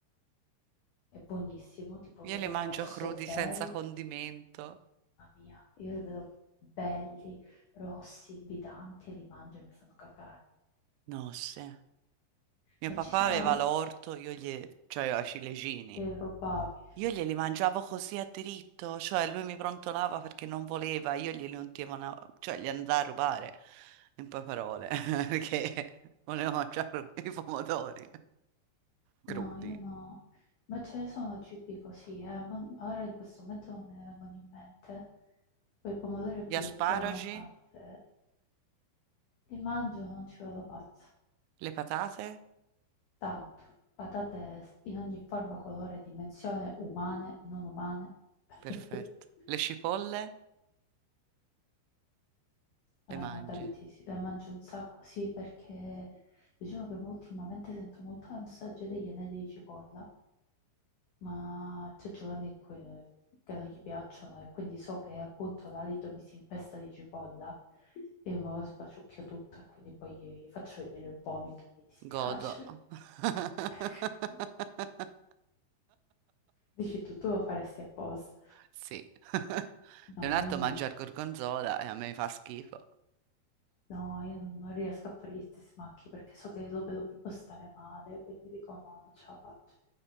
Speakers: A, on the left (about 80°); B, on the right (about 85°).
A: È buonissimo, tipo vedo
B: Io le
A: rosso,
B: mangio crudi
A: bello.
B: senza condimento.
A: Mamma mia, io li vedo belli, rossi, invitanti e li mangio e mi fanno cacare.
B: No, sì. Mio
A: Ma
B: papà
A: ci saranno...
B: aveva l'orto, io gli... cioè aveva i ciliegini.
A: Li rubavi?
B: Io glieli mangiavo così a diritto, cioè lui mi prontolava perché non voleva, io glieli ultimavo, cioè gli andai a rubare, in poche parole, <laughs> perché volevo mangiare <laughs> i pomodori crudi.
A: No, io no. Ma ce ne sono cibi così, eh. ma ora in questo momento non me ne vengono in mente. Quel pomodoro è quello
B: Gli asparagi,
A: proprio lampante. Li mangio e non ci vado pazzo.
B: le patate,
A: Tanto, patate in ogni forma, colore, dimensione, umane, non umane. <laughs>
B: perfetto. Le cipolle,
A: Eh,
B: le mangi.
A: ma tantissimo, eh, mangio un sacco, sì, perché diciamo che mo ultimamente sento molto l'ansaggio degli anelli di cipolla, ma c'è Giovanni que- che non gli piacciono e quindi so che appunto l'alito mi si impesta di cipolla e me lo sbaciucchio tutto e quindi poi gli gli faccio venire il vomito e mi dispiace.
B: Godo. <laughs>
A: <laughs> Dici tu, tu lo faresti apposta?
B: Sì. <laughs>
A: No,
B: Leonardo
A: io
B: mangia
A: no.
B: il gorgonzola e a me fa schifo.
A: No, io non non riesco a fare gli stessi macchi perché so che lo vedo proprio stare male, quindi dico no, non ce la faccio.